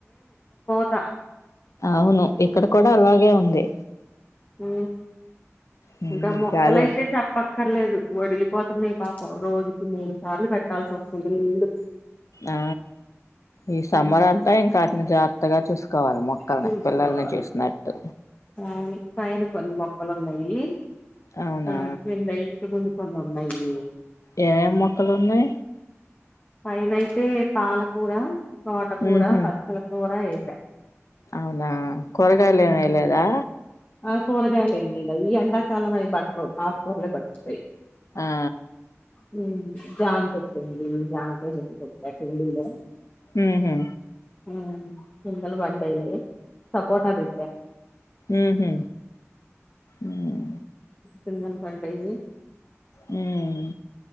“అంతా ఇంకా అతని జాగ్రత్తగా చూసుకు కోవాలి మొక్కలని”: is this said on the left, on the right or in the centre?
Left